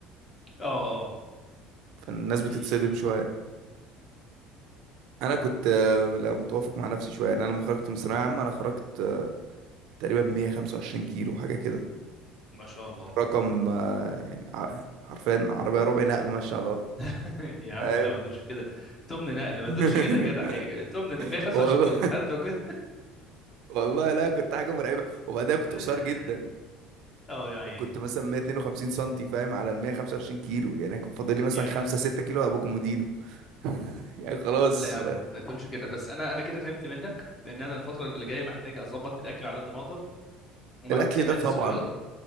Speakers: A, on the left; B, on the right.
A: اه اه
B: فالناس بتتصدم
A: امم
B: شوية انا كنت آه، لا متوافق مع نفسي شوية يعني انا لما خرجت من ثانوية عامة انا خرجت آه، تقريبا 125 كيلو حاجة كده
A: ما شاء الله
B: رقم آه، يعني ع- حرفيا عربية ربع نقل ماشية على الارض
A: <laughs> يا عم
B: فاهم؟
A: لا ما تقولش كده تمن نقل ما
B: <laughs>
A: تقولش كده يا جدع حقيقة. تمن 125
B: والله
A: تمن انت عارف لو كده
B: والله لا كنت حاجة مرعبة وبعدها كنت
A: <laughs>
B: قصير جدا
A: اه يا عيني
B: كنت مثلا 152 سنتي فاهم على ال 125 كيلو يعني كان فاضل لي مثلا
A: يا
B: 5 6 كيلو ابقى كومودينو <laughs> يعني خلاص
A: لا يا عم ما تقولش كده بس انا انا كده فهمت منك لان انا الفتره اللي جايه محتاج اظبط الاكل على قد ما اقدر ومحتاج
B: الاكل
A: امارس
B: ده طبعا
A: رياضه